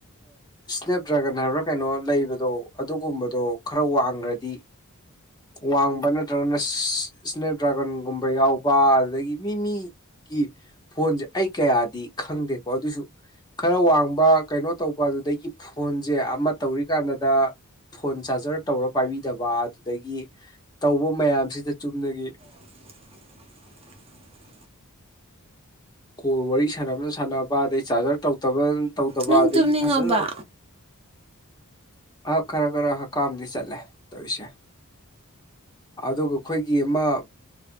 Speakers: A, on the left; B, on the right.
A: ꯁ꯭ꯅꯦꯞ ꯗ꯭ꯔꯒꯟ ꯁꯥꯟꯅꯕ꯭ꯔꯥ ꯀꯩꯅꯣ ꯂꯩꯕꯗꯣ ꯑꯗꯨꯒꯨꯝꯕꯗꯣ ꯈꯔ ꯋꯥꯡꯈ꯭ꯔꯗꯤ ꯋꯥꯡꯕ ꯅꯠꯇ꯭ꯔꯒꯅ ꯏꯁꯅꯦꯦꯛ ꯗ꯭ꯔꯥꯒꯟꯒꯨꯝꯕ ꯌꯥꯎꯕ ꯑꯗꯨꯗꯒꯤ ꯃꯤ ꯃꯤ ꯒꯤ ꯐꯣꯟꯁꯦ ꯑꯩ ꯀꯌꯥꯗꯤ ꯈꯪꯗꯦꯀꯣ ꯑꯗꯨꯁꯨ ꯈꯔ ꯋꯥꯡꯕ ꯀꯩꯅꯣ ꯇꯧꯕ ꯑꯗꯨꯗꯒꯤ ꯐꯣꯟꯁꯦ ꯑꯃ ꯇꯧꯔꯤꯀꯥꯟꯗꯗ ꯐꯣꯟ ꯆꯥꯔꯖꯔ ꯇꯧꯔ ꯄꯥꯏꯕꯤꯗꯕ ꯑꯗꯨꯗꯒꯤ ꯇꯧꯕ ꯃꯌꯥꯝꯁꯤꯗ ꯆꯨꯝꯅꯒꯤ
B: <inaudible>
A: ꯀꯣꯜ ꯋꯥꯔꯤ ꯁꯥꯟꯅꯕꯅ ꯁꯥꯟꯅꯕ ꯑꯗꯩ ꯆꯥꯔꯖꯔ ꯇꯧꯗꯕ ꯇꯧꯗꯕ
B: ꯅꯪ
A: ꯑꯗꯒꯤ
B: ꯇꯨꯝꯅꯤꯡꯉꯕ
A: ꯐꯖꯅ ꯑ ꯈꯔ ꯈꯔ ꯀꯝꯗꯤ ꯆꯂꯦ ꯇꯁꯦ ꯑꯗꯨꯒ ꯑꯩꯈꯣꯏꯒꯤ ꯑꯃ